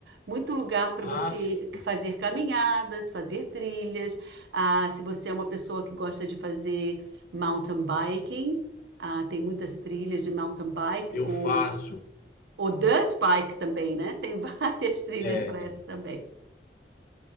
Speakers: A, on the right; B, on the left.
A: muito lugar para
B: Ah,
A: você
B: sim.
A: fazer caminhadas, fazer trilhas. Ah, se você é uma pessoa que gosta de fazer mountain biking, ah, tem muitas trilhas de mountain bike
B: Eu
A: ou,
B: faço.
A: ou dirt bike também, né? Tem várias <laughs> trilhas
B: é,
A: para essa também.